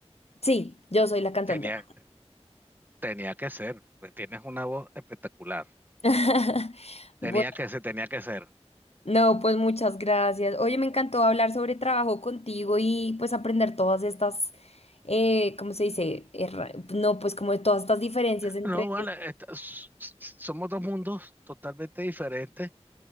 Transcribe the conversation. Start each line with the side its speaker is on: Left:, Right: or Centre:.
Left: Sí, yo soy la cantante.
Right: Tenía, tenía que ser, pues tienes una voz espectacular.
Left: <laughs>
Right: Tenía
Left: Bueno,
Right: que ser, tenía que ser.
Left: no, pues muchas gracias. Oye, me encantó hablar sobre trabajo contigo y pues aprender todas estas, eh, ¿cómo se dice? Erra- no, pues como de todas estas diferencias entre...
Right: No, vale,
Left: el-
Right: esta- s- s- somos dos mundos totalmente diferentes